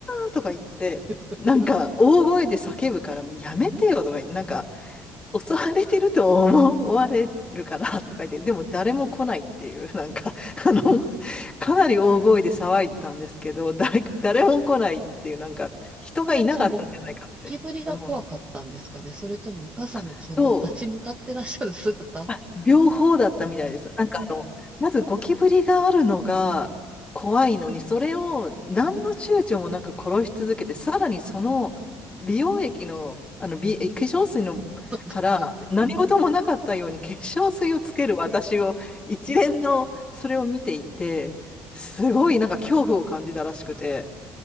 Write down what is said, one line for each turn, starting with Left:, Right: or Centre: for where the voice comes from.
Left: ーとか言って、
Right: <laughs> いや、
Left: なんか大声で叫ぶからもうやめてよとか言って、なんか襲われてると思われるからとか言って、でも誰も来ないっていう、<laughs> なんか、あの、かなり大声で騒いでたんですけど、誰、誰も来ないっていう、なんか、人がいなかったんじゃないかって思う。
Right: 友達はゴキ、ゴキブリが怖かったんですかね。それとも、イカさんがその立ち向かってらっしゃる姿
Left: あ、そうあ両方だったみたいです。なんかあの、まずゴキブリがあるのが怖いのに、それを何の躊躇もなく殺し続けて、
Right: うん、
Left: さらにその美容液の、
Right: うん。
Left: あの美、化粧水のから何事もなかったように化粧水をつける私を一連のそれを見ていて、
Right: そうですよね。
Left: すごいなんか恐怖を感じたらしくて。